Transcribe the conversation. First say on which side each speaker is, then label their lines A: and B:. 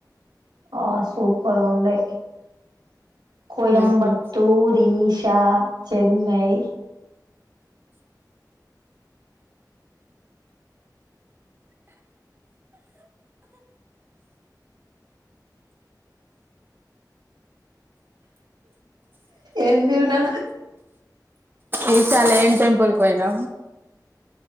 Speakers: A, on the right (about 85°); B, on the right (about 30°).
A: ఆ సూపర్ ఉండే కోయబత్తూర్
B: ఉహు
A: ఈ చెన్నై ఎందు విన్నా
B: ఈసారి ఎం టెంపుల్ కుయినా